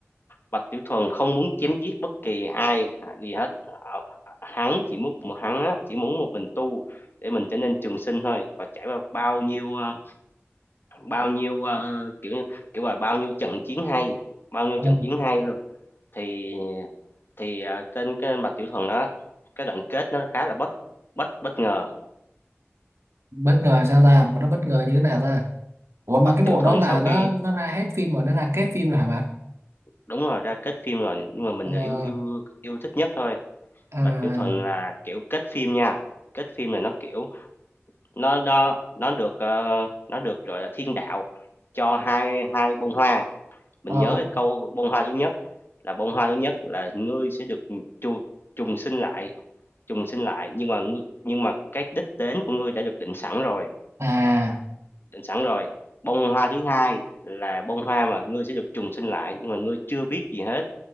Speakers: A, on the left; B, on the right.
A: Bạch Tiểu Thuần không muốn chém giết bất kỳ ai à, gì hết. Ờ, Hắn chỉ muốn một hắn á, chỉ muốn một mình tu để mình trở nên trường sinh thôi và trải qua bao nhiêu ờ, bao nhiêu ờ, kiểu kiểu là bao nhiêu trận chiến hay, bao nhiêu
B: ừ.
A: trận chiến hay luôn. Thì thì ờ, kênh trên cái Bạch Tiểu Thuần đó cái đoạn kết nó khá là bất bất bất ngờ.
B: Bất ngờ sao ta Nó bất ngờ như thế nào ta Ủa mà
A: Bạch
B: cái bộ
A: Tiểu Thuần
B: đó là
A: sau khi
B: nó nó ra hết phim rồi Nó ra kết phim rồi hả bạn
A: đúng rồi ra kết phim rồi nhưng mà mình
B: Ờ,
A: là yêu yêu yêu thích nhất thôi.
B: à
A: Bạch Tiểu Thuần là kiểu kết phim nha. Kết phim là nó kiểu nó nó nó được ờ, nó được gọi là thiên đạo cho hai hai bông hoa mình
B: ờ
A: nhớ cái câu bông hoa thứ nhất là bông hoa thứ nhất là ngươi sẽ được chu, trùng sinh lại trùng sinh lại nhưng mà ngươi, nhưng mà cái đích đến của ngươi đã được định sẵn rồi
B: à
A: định sẵn rồi bông hoa thứ hai là bông hoa mà ngươi sẽ được trùng sinh lại nhưng mà ngươi chưa biết gì hết